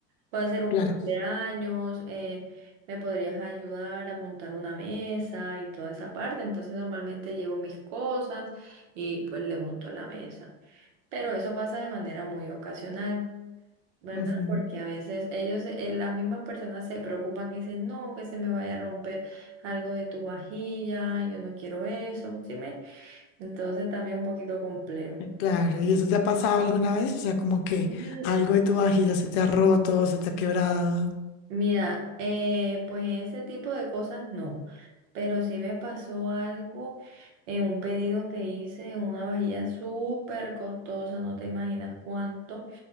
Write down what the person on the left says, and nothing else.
claro.
Ujú.
Claro, ¿y eso te ha pasado alguna vez? O sea, como que
algo de tu vajilla se te ha roto, se te ha quebrado.